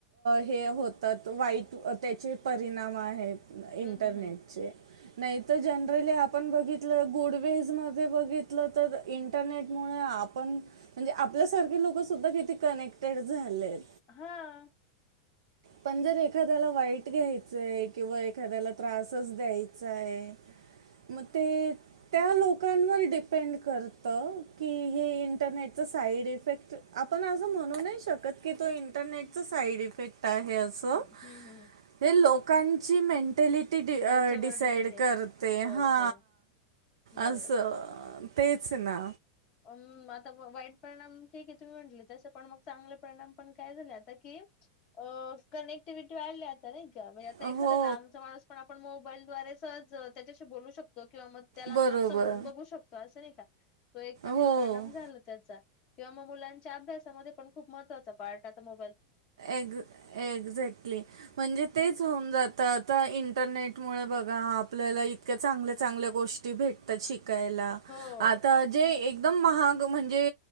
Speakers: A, on the right (about 70°); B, on the left (about 40°).
A: हे होतात वाईट त्याचे परिणाम आहेत. इंटरनेटचे.
B: हम्म हम्म हम्म.
A: नाही तर, जनरली आपण बघितलं गुडवेज मध्ये बघितलं तर इ इंरनेट मुळे आपण म्हणजे आपल्या सारखे लोक सुद्धा किती कनेक्टेड झालेत.
B: हा.
A: पण, जर एखाद्याला वाईट घ्यायचंय किंवा एखाद्याला त्रासच द्यायचाय मग ते त्या लोकांवर डिपेंड करत की, हे इंटरनेट साईड इफेक्ट आपण असं म्हणू नाही शकत की, तो इंटरनेटचा साईड इफेक्ट आहे असं
B: हम्म हम्म हम्म हम्म.
A: हे लोकांची मेंटॅलिटी डिसाइड
B: त्याच्यावर डिपेंड आहे
A: करते,
B: हो
A: हा
B: हो बरोबर
A: असं ते चं ना,
B: अम्म, आता वाईट परिणाम ठीक येत. ते म्हटलं तसे पण मग, चांगले परिणाम पण काय झाले आता की अ कनेक्टिव्हिटी वाढली आता नाही का, म्हणजे आता
A: हो
B: एखाद्याला लांबचा माणूस पण आपण मोबाईलद्वारे सहज त्याच्याशी बोलू शकतो, किंवा मग त्याला
A: बरोबर
B: आता समोरून बघू शकतो, असं नाही का? तो एक चांगला
A: हो
B: परिणाम झाला त्याचा किंवा म मुलांच्या अभ्यासा मध्ये पण, खुप महत्वाचा पार्ट आता मो
A: एक- एक्झॅक्टली म्हणजे तेच होऊन जात. तर आता इंटरनेटमुळे बघा आपल्याला इतक्या चांगल्या चांगल्या गोष्टी भेटत तात शिकायला
B: अ, हो
A: आता जे एक एकदम महाग म्हणजे